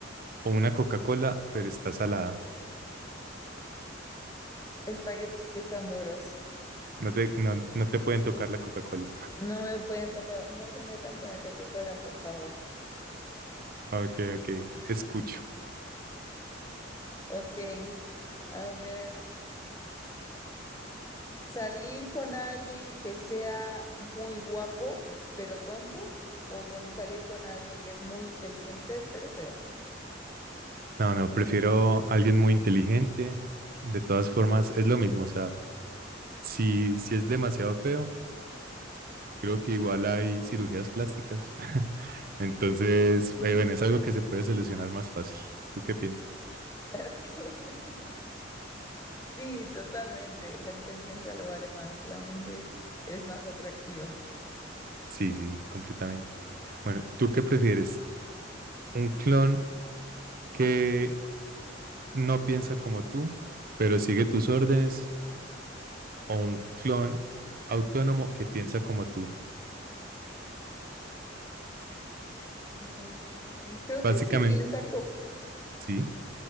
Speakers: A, on the right; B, on the left.
A: o una Coca-Cola, pero está salada.
B: Espaguetis que están duros.
A: No te, no, no te pueden tocar la Coca-Cola.
B: No me pueden tocar, no se metan con la Coca-Cola, por favor.
A: Ok, ok, escucho.
B: Ok, a ver. ¿Salir con alguien que sea muy guapo, pero tonto? ¿O con salir con alguien que es muy inteligente, pero feo?
A: No, no, prefiero alguien muy inteligente. De todas formas, es lo mismo. O sea, si, si es demasiado feo, creo que igual hay cirugías plásticas. <laughs> Entonces,
B: <laughs>
A: eh, bueno, es algo que se puede solucionar más fácil. ¿Tú qué piensas?
B: Ok. Sí, totalmente. La inteligencia lo vale más, la mente es más atractiva.
A: Sí, sí, completamente. Bueno, ¿tú qué prefieres? ¿Un clon que no piensa como tú, pero sigue tus órdenes? o un clon autónomo que piensa como tú.
B: Mm, creo
A: Básicamente,
B: que si piensa como,
A: sí.